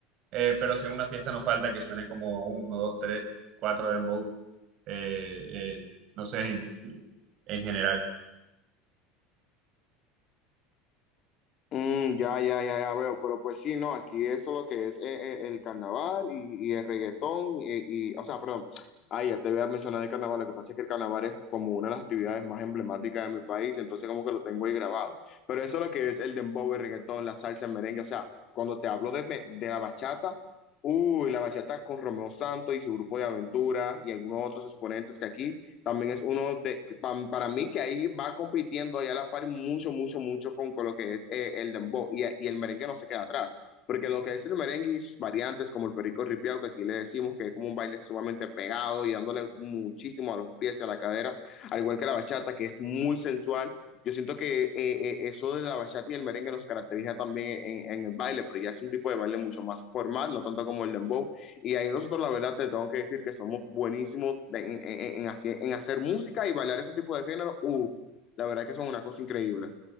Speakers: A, on the right; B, on the left.
A: eh, pero si en una fiesta nos falta que suene como uno, dos, tres, cuatro dembow, eh, eh, no sé, <laughs> en, en general.
B: Mm, ya, ya, ya, ya veo, pero pues sí, no, aquí eso lo que es eh, eh, el carnaval y, y el reggaetón y, y- o sea, perdón, ay, ya te voy a mencionar el carnaval, lo que pasa es que el carnaval es como una de las actividades más emblemáticas de mi país, entonces como que lo tengo ahí grabado, pero eso lo que es el dembow, el reggaetón, la salsa, el merengue, o sea, cuando te hablo de, me- de la bachata, uy, la bachata con Romeo Santos y su grupo de aventura y algunos otros exponentes que aquí también es uno de, pa- para mí que ahí va compitiendo ahí a la par mucho, mucho, mucho con, con lo que es eh, el dembow y, y el merengue no se queda atrás. Porque lo que es el merengue y sus variantes, como el perico ripiao, que aquí le decimos que es como un baile sumamente pegado y dándole muchísimo a los pies y a la cadera, al igual que la bachata, que es muy sensual. Yo siento que eh, eh, eso de la bachata y el merengue nos caracteriza también en, en el baile, pero ya es un tipo de baile mucho más formal, no tanto como el dembow y ahí nosotros, la verdad, te tengo que decir que somos buenísimos de- en, en- en hacer, en hacer música y bailar ese tipo de género. Uf, la verdad que son una cosa increíble.